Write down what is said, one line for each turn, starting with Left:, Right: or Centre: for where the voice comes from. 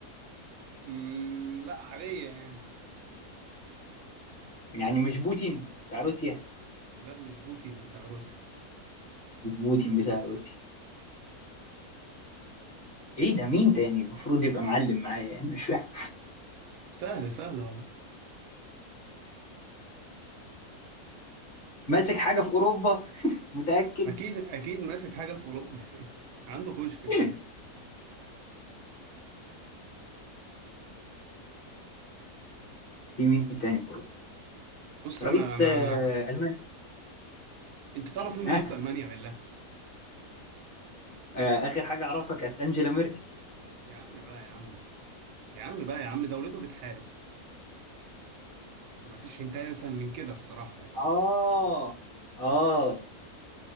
Right: امم لا عادية يعني
Left: يعني مش بوتين بتاع روسيا
Right: لا مش بوتين بتاع روسيا
Left: بوتين بتاع روسيا ايه ده مين تاني المفروض يبقى معلم معايا يعني مش فاهم
Right: سهل سهل والله
Left: ماسك حاجة في اوروبا متأكد
Right: اكيد اكيد ماسك حاجه في اوروبا <laughs> عنده كشك
Left: <laughs>
Right: في اوروبا <laughs>
Left: في مين تاني في اوروبا
Right: بص
Left: رئيس
Right: انا انا
Left: آه،
Right: انا
Left: المانيا
Right: انت تعرف مين
Left: آه.
Right: رئيس المانيا بالله
Left: آه. اخر حاجة اعرفها كانت انجيلا ميركل
Right: يا عم بقى يا عم يا عم بقى يا عم دولته بتحارب مفيش هنتايه اسهل من كده بصراحه يعني
Left: اه اه